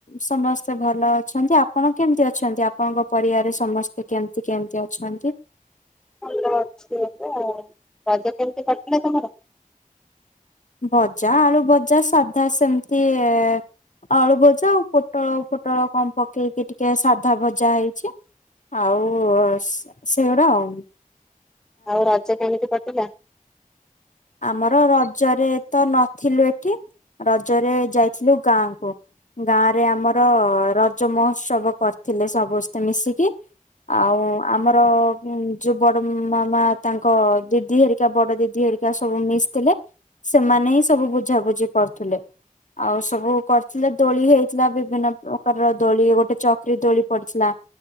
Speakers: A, on the left; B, in the centre.
A: ସମସ୍ତେ ଭଲ ଅଛନ୍ତି। ଆପଣ କେମିତି ଅଛନ୍ତି ଆପଣଙ୍କ ପରିବାର ସମସ୍ତେ କେମିତି କେମିତି ଅଛନ୍ତି?
B: ଭଲ ଅଛି ଏବେ ଆଉ। ରଜ କେମିତି କଟିଲା ତମର?
A: ଭଜା ଆଳୁ ଭଜା ସାଧା ସେମିତି ଇ ଆଳୁ ଭଜା ଆଉ ପୋ ପୋଟଳ ଫୋଟଳ କଣ ପକେଇକି ଟିକେ ସା ଅଧା ଭଜା ହେଇଛି ଆଉ ସେ ସେଗୁରା ଆଉ
B: ଆଉ ରଜ କେମିତି କଟିଲା?
A: ଆମର ରଜରେ ତ ନଥିଲୁ ଏଠି ରଜରେ ଯାଇଥିଲୁ ଗାଁକୁ। ଗାଁ ରେ ଆମର ରଜ ମହୋତ୍ସବ କରିଥିଲେ ସମସ୍ତେ ମିଶିକି ଆଉ ଆମର ଉନ୍ ଯୋଉ ବଡ ମାମା ତାଙ୍କ ଦିଦି ହେରିକା ବଡ ଦିଦି ହେ ରିକା ସବୁ ମିଶିଥିଲେ ସେମାନେ ହିଁ ସବୁ ବୁଝାବୁଝି କରୁଥିଲେ। ଆଉ ସବୁ କରିଥିଲେ ଦୋଳି ହେଇଥିଲା ବିଭିନ୍ନ ପ୍ରକାରର ଦୋଳି ଗୋଟେ ଚକି ଦୋଳି ପଡିଥିଲା।